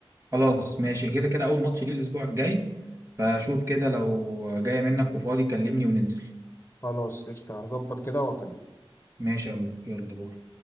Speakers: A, on the right; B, on the left.
A: خلاص ماشي كده كده أول ماتش ليه الأسبوع الجاي فشوف كده لو جاية منك وفاضي كلمني وننزل
B: خلاص قشطة هظبط كده واكلمك
A: ماشي يا مورا يلا باي.